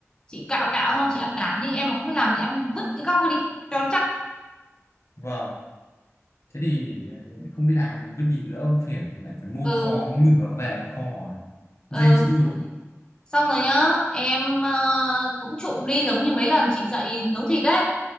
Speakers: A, on the left (about 15°); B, on the left (about 65°).
A: chị cạo cạo
B: à
A: không chị ăn cả nhưng em mà không biết làm thì em vứt cái góc ấy đi cho nó chắc
B: vâng thế thì để không biết làm thì vứt đi đỡ ông phiền lại phải mua
A: ừ
B: kho mua nửa về kho dây
A: ừ
B: dưa ấy.
A: xong rồi nhá em ờ, cũng trụng đi giống như mấy lần chị dạy nấu thịt đấy